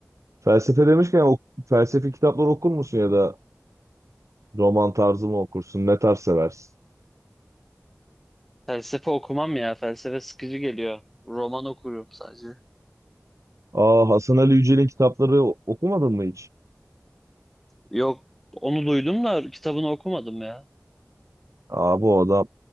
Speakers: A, on the right (about 70°); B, in the centre.
A: Felsefe demişken o felsefi kitaplar okur musun ya da roman tarzı mı okursun? Ne tarz seversin?
B: Felsefe okumam ya. Felsefe sıkıcı geliyor. Roman okuyorum sadece.
A: Aa Hasan Ali Yücel'in kitapları okumadın mı hiç?
B: Yok onu duydum da kitabını okumadım ya.
A: Aa bu adam